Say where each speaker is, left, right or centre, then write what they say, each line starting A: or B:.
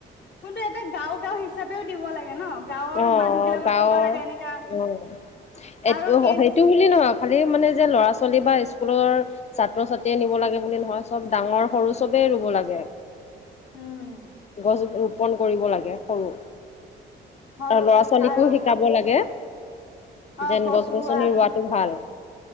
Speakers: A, on the left (about 60°); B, on the left (about 35°).
A: কোন্তু এটা গাঁও গাঁও হিচাপেও দিব লাগে ন। গাঁৱৰ
B: অ', অ'
A: মানুহ বিলাকক
B: গাঁৱৰ
A: ক'বা লাগে এনেকা
B: অ', এটো,
A: আৰু এজ
B: হেইটো বুলি নহক। খালি মানে যে ল'ৰা-ছোৱালী বা স্কুলৰ ছাত্ৰ-ছাত্ৰীয়ে নিব লাগে বুলি নহয়। চব, ডাঙৰ সৰু চবেই ৰুব লাগে,
A: উম
B: গছ প'ন, কৰিব লাগে সৰু।
A: সৰু
B: আৰু ল'ৰা ছোৱালীকো
A: আৰু
B: শিকাব লাগে
A: অ
B: যেন গছ গছনি
A: ৰোৱা
B: ৰোৱাতটো ভাল।